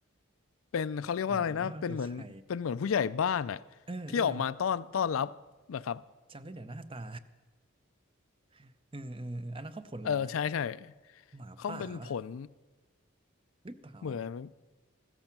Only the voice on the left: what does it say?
เป็นเขาเรียกว่าอะไรนะเป็นเหมือนเป็นเหมือนผู้ใหญ่บ้านอะ
ที่ออกมาต้อนต้อนรับนะครับ
เออใช่ใช่
เขาเป็นผล
เหมือน